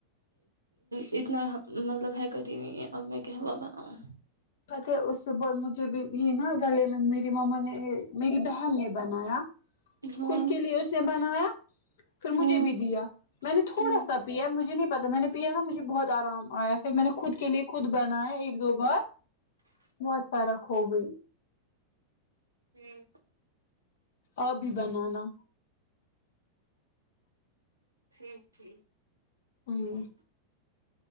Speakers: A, on the right; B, on the left.
A: اتنا مطلب حایکت ہی نہیں ہے اب میں ک ہووا بناؤں
B: تھے اس سے ب مجھے ج بھی یہ نا گلے میں میری مما نے میری بہن نے بنایا
A: ہاں
B: خود کے لیے اس نے بنایا پھر مجھے
A: ہاں
B: بھی دیا میں نے تھوڑا
A: ٹھیک
B: سا پیا مجھے نہیں پتا تھا میں نے پیا نا مجھے بہت آرام آیا پھر میں نے خود کے لیے خود بنائے ایک دو بار بہت فرق ہو گئی
A: ہوں
B: ابھی بنانا
A: ٹھیک ٹھیک
B: ہوں